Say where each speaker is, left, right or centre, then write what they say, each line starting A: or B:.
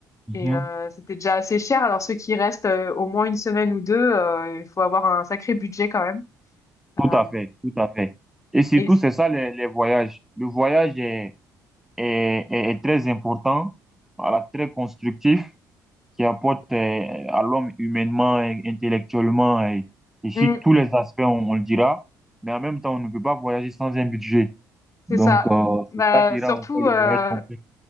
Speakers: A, in the centre; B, on the left (about 30°).
A: Mhm.
B: et euh, c'était déjà assez cher. Alors ceux qui restent euh, au moins une semaine ou deux, euh, il faut avoir un sacré budget quand même. Euh,
A: Tout à fait, tout à fait. Et surtout,
B: et c-
A: c'est ça les, les voyages. Le voyage est est, est- est très important, voilà, très constructif, qui apporte euh, à l'homme humainement, et intellectuellement et, et sur
B: Mm,
A: tous les aspects, on, on le dira. Mais en même temps, on ne peut pas voyager sans un budget. Donc,
B: c'est ça.
A: euh,
B: Bah,
A: c'est ça qui
B: surtout,
A: rend encore le
B: euh,
A: voyage complexe.